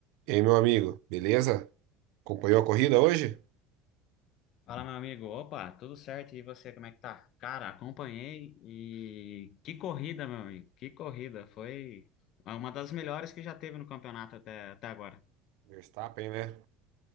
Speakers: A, on the right (about 70°); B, on the left (about 50°).
A: E aí, meu amigo, beleza? Acompanhou a corrida hoje?
B: Fala, meu amigo. Opa, tudo certo? E você, como é que tá? Cara, acompanhei e que corrida, meu amigo. Que corrida. Foi uma das melhores que já teve no campeonato até, até agora.
A: Verstappen, né?